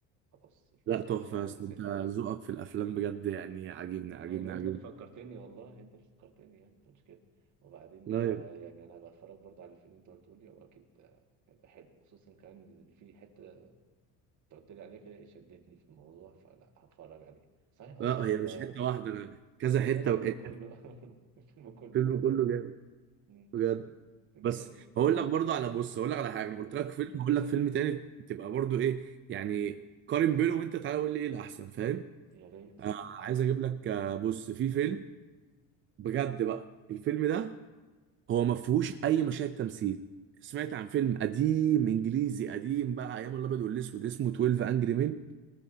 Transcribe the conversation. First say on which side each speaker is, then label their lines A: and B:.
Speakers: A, on the right (about 50°); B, on the right (about 35°).
A: خلاص يعني
B: لا تحفه
A: بعد ما يعدي
B: يا اسطى
A: سن
B: انت ذوقك في الافلام بجد يعني عاجبني عاجبني
A: يعني لو
B: عاجبني
A: انت اللي فكرتني والله انت اللي فكرتني يعني انت مش كده وبعدين
B: لا
A: ده
B: يا-
A: يعني انا بتفرج برضه على الفيلم اللي انت قلته لي هو اكيد آه، هيبقى حلو خصوصا كمان اللي في حته انت قلت لي عليها كده شدتني في الموضوع فلا هتفرج عليه صحيح اصلا
B: لا هي
A: انت
B: مش حته واحده انا كذا
A: هتلاقي
B: حته
A: الفيلم
B: وقت
A: كله <laughs> الفيلم كله
B: الفيلم كله جامد
A: مم.
B: بجد
A: انت
B: بس هقول لك برضو على بص هقول لك على حاجه انا
A: قول
B: قلت لك فيلم هقول لك فيلم تاني تبقى برضو ايه يعني قارن بينه وانت تعالى قول لي ايه الاحسن فاهم
A: يا ريت
B: آه
A: ماشي
B: عايز اجيب لك آه بص في فيلم بجد بقى الفيلم ده هو ما فيهوش اي مشاهد تمثيل سمعت عن فيلم قديم انجليزي قديم بقى ايام الابيض والاسود اسمه 12 انجري مين